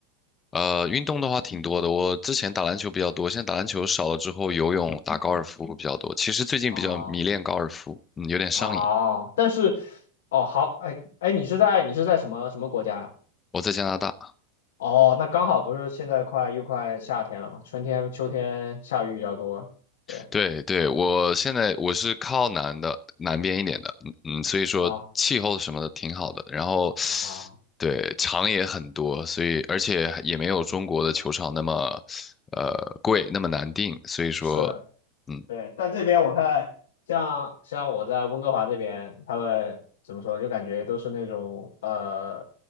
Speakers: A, on the left; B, on the left.
A: 呃，运动的话挺多的。我之前打篮球比较多，现在打篮球少了之后，游泳、打高尔夫比较多。其实最近比较迷恋高尔夫，
B: 啊
A: 嗯，有点上瘾。
B: 啊，但是哦好，哎哎，你是在你是在什么什么国家呀？
A: 我在加拿大。
B: 哦，那刚好不是现在快又快夏天了嘛，春天秋天下雨比较多，对
A: 对对，我现在我是靠南的，南边一点的，嗯嗯，所以说气候什么的挺好的，
B: 啊
A: 然后
B: 啊，
A: 对场也很多，所以而且也没有中国的球场那么呃贵，那么难订，所以说
B: 是的。
A: 嗯
B: 对，但这边我看像像我在温哥华这边，他们怎么说，就感觉都是那种呃，